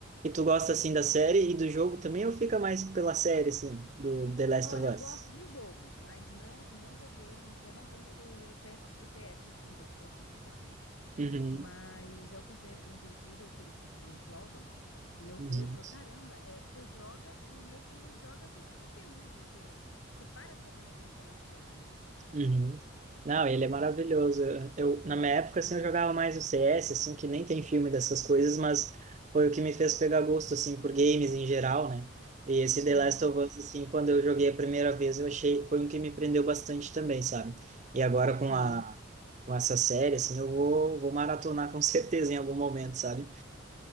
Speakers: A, on the right (about 35°); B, on the left (about 85°).
A: E tu gosta assim da série e do jogo também, ou fica mais pela série, assim, do The Last
B: Olha,
A: of
B: eu
A: Us?
B: gosto de jogo, mas não não joguei. Eu não tenho o PS, o ps cinco. acho que é o 5 que tá, né?
A: Uhum.
B: Mas eu acompanho alguns YouTubers que eles, eles jogam e eu vejo
A: Uhum.
B: e falo, caramba, é, você joga e meio que joga assistindo um filme, né? Porque você para pra prestar atenção na cena, né?
A: Uhum. Não,
B: Nossa,
A: ele é maravilhoso.
B: muito legal.
A: Eu, eu- na minha época, assim, eu jogava mais o CS, assim, que nem tem filme dessas coisas, mas foi o que me fez pegar gosto, assim, por games em geral, né? E esse
B: Sim,
A: The Last of Us, assim, quando eu joguei a primeira vez, eu achei, foi um que me prendeu bastante também, sabe? E agora
B: sim.
A: com a, com essa série, assim, eu vou, vou maratonar com <laughs> certeza em algum momento, sabe?